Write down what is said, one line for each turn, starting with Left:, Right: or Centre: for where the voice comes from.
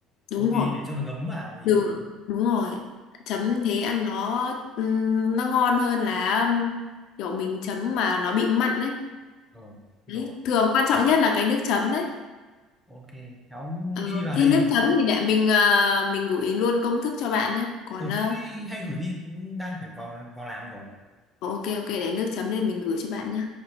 Left: Đúng
Centre: Ok,
Left: rồi.
Centre: để cho nó ngấm vào gì.
Left: Đường đúng rồi. Chấm thế ăn nó ừ, nó ngon hơn là ừ, kiểu mình chấm mà nó bị mặn đấy.
Centre: Ờ, rồi.
Left: Đấy, thường quan trọng nhất là cái nước chấm đấy.
Centre: Ok, cháu
Left: Ờ,
Centre: ghi vào
Left: thế
Centre: đây
Left: nước
Centre: rồi.
Left: chấm thì để mình ờ, mình gửi luôn công thức cho bạn nhé. Còn
Centre: Ừ,
Left: ờ,
Centre: thế thì hay gửi đi, cũng đang phải vào vào làm rồi.
Left: ok ok để nước chấm nên mình gửi cho bạn nhé.